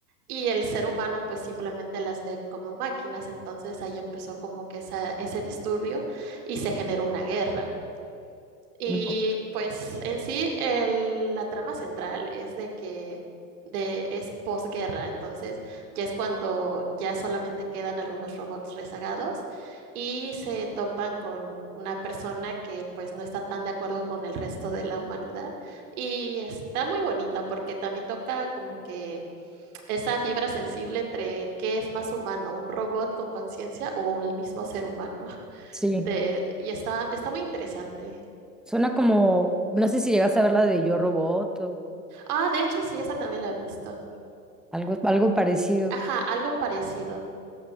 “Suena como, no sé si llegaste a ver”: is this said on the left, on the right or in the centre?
Centre